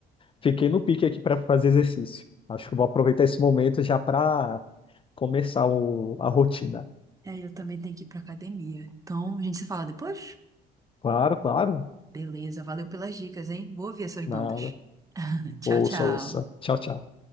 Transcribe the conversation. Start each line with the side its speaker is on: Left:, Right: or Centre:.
Left: fiquei no pique aqui para fazer exercício. Acho que eu vou aproveitar esse momento já para começar o- a rotina.
Right: É, eu também tenho que ir pra academia. Então, a gente se fala depois?
Left: Claro, claro.
Right: Beleza, valeu pelas dicas, hein? Vou ouvir essas bandas.
Left: Nada.
Right: <laughs> Tchau,
Left: Ouça,
Right: tchau.
Left: ouça. Tchau, tchau.